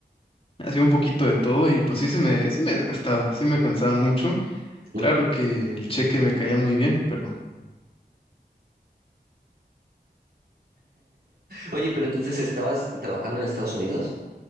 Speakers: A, on the left; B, on the right.
A: Hacía un poquito de todo y pues sí se me, sí me desgastaba, sí me cansaba mucho.
B: Uy,
A: Claro que el cheque me caía muy bien, pero
B: Oye, pero entonces estabas trabajando en Estados Unidos